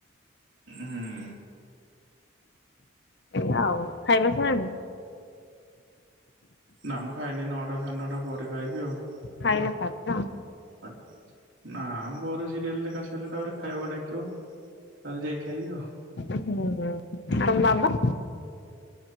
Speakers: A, on the right; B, on the left.
A: ହୁଁ।
B: ସେଇଆ ଆଉ ଖାଇବସିଲଣି?
A: ନାଁ ମୁଁ ଖାଇନି ନଅଟା ସାଢ଼େ ନଅଟା ପରେ ଖାଇବି ଆଉ।
B: ଖାଇ ନପାରିଲି ନା
A: ନାଁ ମୋ ସିରିଏଲ୍ ଦେଖା ତାହେଲେ ତାପରେ ଖାଇବାକୁ ଡାକିବ ତାହେଲେ ଯାଇକି ଖାଇବି ଆଉ।
B: ହୁଁ ହୁଁ ତମ ବାବା?